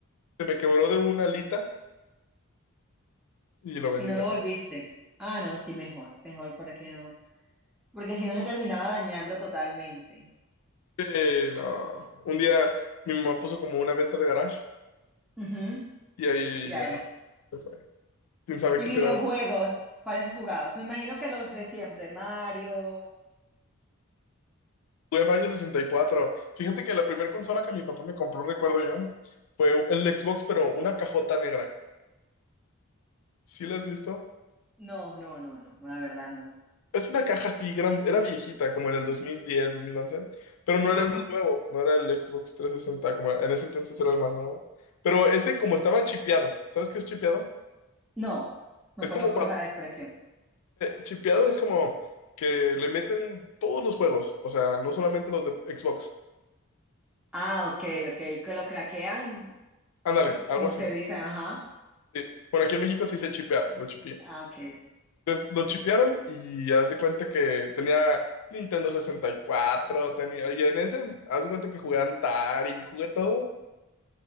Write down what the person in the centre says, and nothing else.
y no
lo volviste. Ah, no, sí, mejor. Mejor para que no. porque si no se terminaba dañando totalmente.
Ujú,
Y ahí.
Y
videojuegos,
¿cuáles jugabas? Me imagino que los de siempre, Mario.
No, no, no, no, no, la verdad no.
Ujú.
No, no
conozco
esa expresión.
Ah, ok, ok, que lo craquean,
eh,
como
se dice, ajá.
Ah, ok.